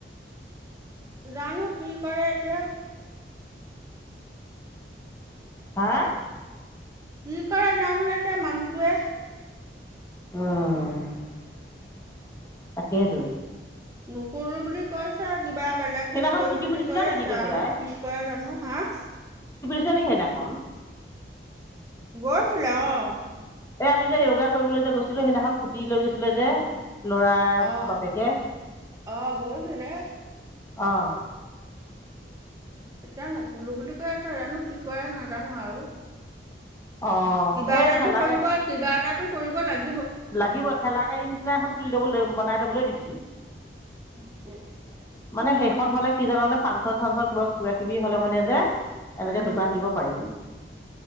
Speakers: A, on the right (about 20°); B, on the left (about 15°).
A: জানো কি কৰে এতিয়া।
B: হা,
A: কি কৰে জানো এতিয়া মানুহটোৱে।
B: অহ। তাকেইটো।
A: নোখোলো বুলি কৈছে, কিবা বেলেগ
B: সেইদিনাখন
A: হেৰি কৰিম
B: খুটি
A: বুলি
B: পুতিছিলা
A: কৈয়ে
B: নেকি
A: আছে
B: গৈ
A: আৰু,
B: পেলাই
A: কি কৰে জানো হা। হা,
B: <unintelligible> সেইদিনাখন?
A: গৈছিলে, অহ।
B: এ আমি যে যোগা কৰিবলৈ যে গৈছিলো, সেইদিনাখন স্কুটি লৈ গৈছিলে যে। ল'ৰা
A: অ',
B: বাপেকে,
A: অ', গৈছিলে।
B: অ',
A: এতিয়া নোখোলো বুলি কৈ আছে, জানো কি কৰে, নাজানো আৰু।
B: অঁ
A: কিবা
B: এই
A: এটাতো
B: ঠেলা
A: কৰিব,
B: গা
A: কিবা এটাটো কৰিব লাগিব।
B: লাগিব ঠেলাগাড়ী নিচিনা এখন খুলি ল'বলৈ, বনাই ল'বলৈ দিবি।
A: অ'।
B: মানে সেইখন হ'লে কি জানোনে, ফাংচন-চাংচন কিবা কিবা-কিবি হ'লে মানে যে, এনেকে
A: উম
B: দোকান দিব পাৰি।